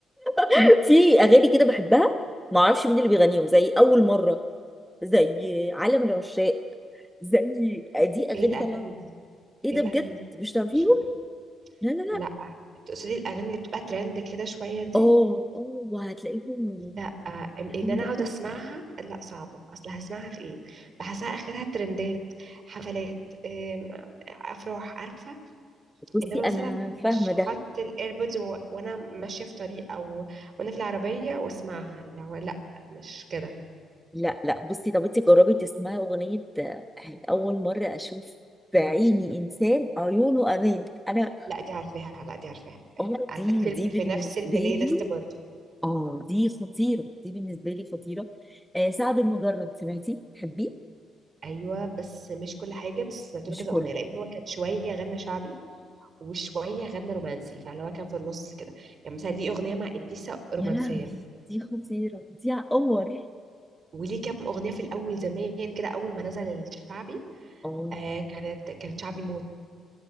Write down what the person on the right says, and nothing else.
إيه الأغاني
دي
إيه
الأغاني
دي
مش فاكرة
لا تقصدي الأغاني اللي بتبقى ترند كده شوية دي
لا آه،
ان انا
اقعد اسمعها لا صعبه اصل هسمعها في ايه بحسها اخرها ترندات حفلات أم، افراح عارفه
انما
مثلا
مش
هحط الايربودز و... وانا ماشيه في طريق او وانا في العربيه واسمعها لو لا مش كده
لا دي عارفاها لا دي عارفاها
عارفاها
عارفة في,
ال-
في نفس البلاي
ليست برضه
ايوه بس مش كل حاجه بس سمعت
له كذا
اغنيه لان هو كان شويه غنى شعبي وشويه غنى رومانسي فاللي هو كان في النص كده يعني مثلا ليه اغنيه مع اليسا رومانسيه
وليه كام اغنيه في الاول زمان كده اول ما نزل الشعبي
آه كانت كانت شعبي موت